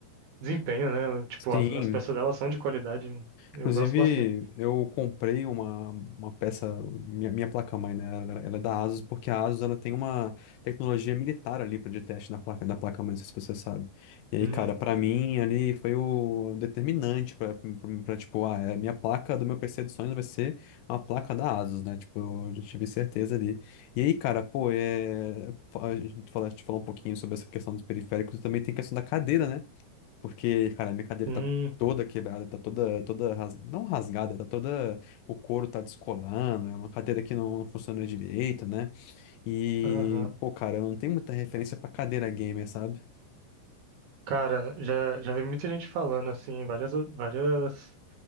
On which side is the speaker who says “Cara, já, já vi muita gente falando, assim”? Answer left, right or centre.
Right